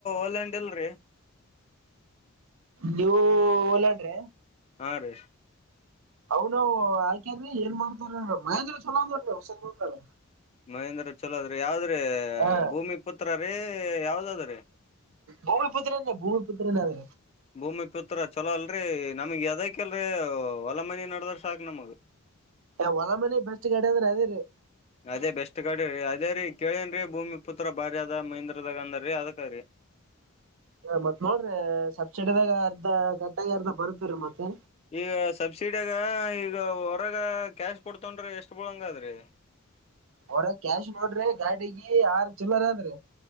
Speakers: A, on the left (about 30°); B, on the right (about 65°).
A: ಐಲ್ಯಾಂಡ್ ಇಲ್ರರಿ
B: ನೀವು ಒಲೆನ್ರಿ
A: ಹಾರಿ
B: ಅವ್ನು ಆಕೇಂದ್ರೀ ಏನ್ ಮಾಡ್ತಾರ ಮಹೇಂದ್ರ ಚಲೋ ಅದವು ಹೊಸದ ಬತಲ್ಲ
A: ಮಹೇಂದ್ರ ಚಲೋದ್ರೀ ಯಾವುದ್ರೀ
B: ಹಾ
A: ಭೂಮಿ ಪುತ್ರ ರೀ ಯಾವುದ್ರೀ
B: ಭೂಮಿಪುತ್ರೇ ಭೂಮಿಪುತ್ರನ ಅೇ
A: ಭೂಮಿ ಪುತ್ರ ಚಲೋ ಅಲ್ರಿ ನಮಗೆ ಎದಕ್ಕೆ ಹೊಲ ಮನೆ ನಡದ್ರೆ ಸಾಕು ನಮಗೆ
B: ಹೊಲ ಮನೆ ಬೆಸ್ಟ್ ಗಾಡಿ ಅಂದ್ರೆ ಅದೇ ರೀ
A: ಅದೇ ಬೆಸ್ಟ್ ಗಾಡಿ ರೀ ಅದೇ ರೀ ಹೇಳಿದ್ದೀರಿ ಭೂಮಿ ಪುತ್ರ ಬಾರ ಅದ ಮಹೀಂದ್ರದಾಗ ಅಂದ್ರೀ ಅದಕ ರೀ
B: ಮತ್ತೆ ನೋಡ್ರಿ ಸಬ್ಸಿಡಿಯಲ್ಲಿ ಅರ್ಧ ಕಟ್ಟಾಗಿ ಬರುತ್ತೆ ಮತ್ತೆ
A: ಈಗ ಸಬ್ಸಿಡಿಯಾಗ ಈಗ ಹೊರಗ ಕ್ಯಾಶ್ ತಗಂಡ್ರೆ ಎಷ್ಟು ಬೀಳಂಗ ಅದ್ರೀ
B: ಹೊರಗೆ ಕ್ಯಾಶ್ ನೋಡಿದ್ರೆ ಗಾಡಿಗ ಆರು ಚಿಲ್ಲರ ಅಂದ್ರಿ